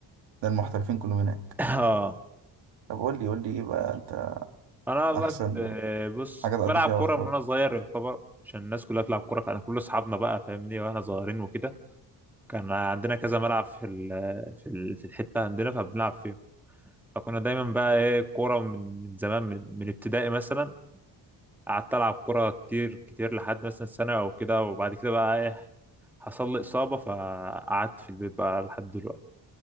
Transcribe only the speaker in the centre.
<laughs> اه
انا والله
كنت آه، بص
كنت
بلعب
كوره
من وانا صغير يعتبر عشان الناس كلها بتلعب كوره كان كل اصحابنا بقى فاهمني واحنا صغيرين وكده كان عندنا كذا ملعب في ال- في ال- في الحته عندنا فبنلعب فيه فكنا دايما بقى ايه كوره من من زمان من من ابتدائي مثلا قعدت العب كوره كتير كتير لحد مثلا سنه او كده وبعد كده بقى ايه حصل لي اصابه فقعدت في البيت بقى لحد دلوقتي